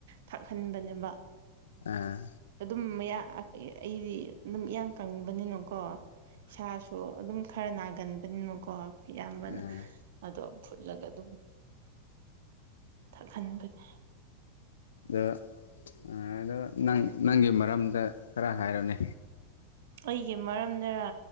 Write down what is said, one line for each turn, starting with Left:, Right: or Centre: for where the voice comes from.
Right: ꯊꯥꯛꯍꯟꯕꯅꯦꯕ
Left: ꯑꯥ
Right: ꯑꯗꯨꯝ ꯃꯌꯥ ꯑꯩꯗꯤ ꯑꯗꯨꯝ ꯏꯌꯥꯡ ꯀꯪꯕꯅꯤꯅꯀꯣ ꯏꯁꯥꯁꯨ ꯑꯗꯨꯝ ꯈꯔ ꯅꯥꯒꯟꯕꯅꯤꯅꯀꯣ ꯑꯩꯈꯣꯏ ꯏꯌꯥꯝꯕꯅ
Left: ꯑꯥ
Right: ꯑꯗꯣ ꯎꯠꯂꯒ ꯑꯗꯨꯝ ꯊꯥꯛꯍꯟꯕꯅꯦ
Left: ꯑꯣ ꯑꯗꯣ ꯅꯪ ꯅꯪꯒꯤ ꯃꯔꯝꯗ ꯈꯔ ꯍꯥꯏꯔꯅꯦ
Right: ꯑꯩꯒꯤ ꯃꯔꯝꯗꯔ